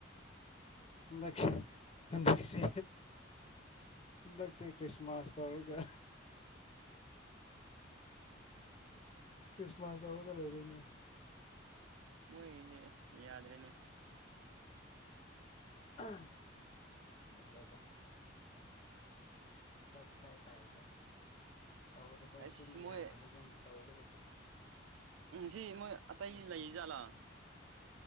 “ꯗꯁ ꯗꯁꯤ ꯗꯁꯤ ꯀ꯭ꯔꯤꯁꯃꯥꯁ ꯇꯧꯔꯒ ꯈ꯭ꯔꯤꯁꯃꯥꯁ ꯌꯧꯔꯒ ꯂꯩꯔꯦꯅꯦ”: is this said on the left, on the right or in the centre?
Left